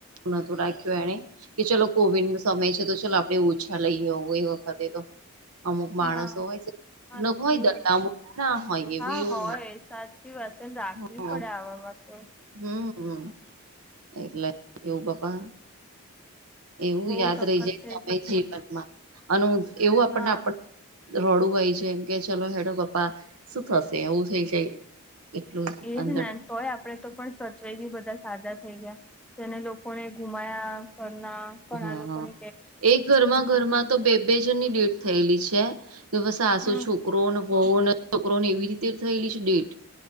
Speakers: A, on the right (about 80°); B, in the centre.
A: નતું રાખ્યું એને કે ચલો કોવિડ નો સમય છે તો ચાલ આપણે ઓછા લઈ આવવું એ વખતે તો અમુક માણસો
B: ના
A: હોય છે
B: સાચી
A: અમુક હોય
B: વાત
A: દયા અમુક ના હોય એવી
B: હા
A: એવું
B: હોય સાચ સાચી વાચન રાખવી
A: હોય
B: પડે આ માટે
A: હમ હમ એટલે એવું પપ્પા એવું
B: બહુ
A: યાદ
B: સખત
A: રહી જાય
B: થઈ
A: સમય
B: ગયું હતું
A: જીવનમાં અને એવું આપણને
B: હા
A: આપ રોડું હોય છે એમ કે ચલો હેડ પપ્પા શું થશે એવું થઇ જાય એટલું
B: એજ
A: અંદર
B: ને તોય આપડે તો પણ સચવાઈ ગય બધા સાજા થઈ ગયા જેને લોકોને ઘુમાયા ઘરના ઘણા
A: હા
B: લોકો ને
A: એક ઘરમાં ઘરમાં તો બે બે જનની ડેથ થયેલી છે કે બસ આસું
B: હમ
A: છું છોક ને ભ ને છોકરો ને એવી રીતે થયેલી છે ડેટ